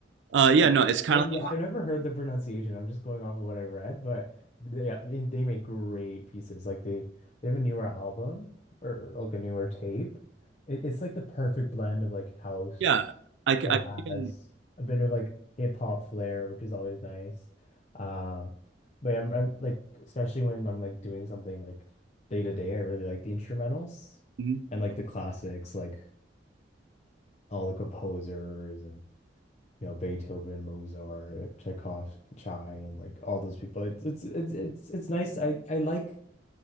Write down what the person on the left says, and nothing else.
I
yeah,
I've never heard the pronunciation. I'm just going off of what I read, but they, yeah, I they make great pieces. Like they they have a newer album or like a newer tape. It, it's like the perfect blend of like house,
jazz,
a bit of like hip hop flair, which is always nice. Um, but I'm, I'm like especially when I'm like doing something like day to day, I really like the instrumentals
and like the classics, like all the composers and you know Beethoven, Mozart, Tchaikovsky, Chai, and like all those people. It's it's it's it's it's nice. I I like